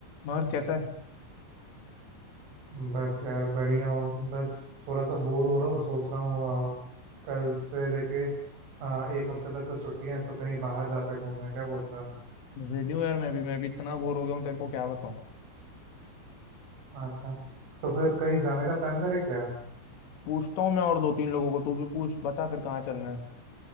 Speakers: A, on the left; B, on the right.
A: मगर कैसा
B: बस यार बढ़िया हो बस थोड़ा सा बोर हो रहा हूँ सोच रहा हूँ आ, कल से लेके आ, एक हफ्ते तक तो छुट्टियां हैं तो कहीं बाहर जाते हैं घूमने क्या बोलता है
A: है रेडियो यार मैं भी मैं भी इतना बोर हो गया हूँ तेरे को क्या बताऊँ
B: अच्छा तो फिर कहीं जाने का प्लान करें क्या
A: पूछता हूँ मैं और दो तीन लोगों को तू भी पूछ बता फिर कहाँ चलना है